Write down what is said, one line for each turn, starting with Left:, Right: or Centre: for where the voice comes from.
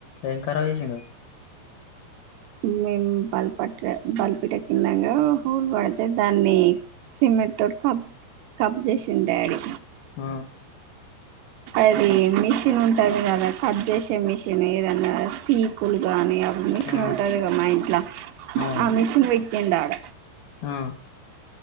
Left: ఏం కా పాడు చేసిండు
Right: మేము బల్పట్ట బల్పిట కిన్నాంగా హోల్ పడితే దాన్ని సిమెంట్ తోటి కబ్ కబ్ చేసిండు డాడీ
Left: ఆ
Right: అది మిషన్ ఉంటది కదా కట్ చేసే మిషన్ ఏదన్నా పీకులు గానీ అ
Left: ఆ
Right: ఉంటాదిగా మా ఇంట్లా
Left: అవును
Right: ఆ మషన్ పెట్టిందాడ
Left: ఆ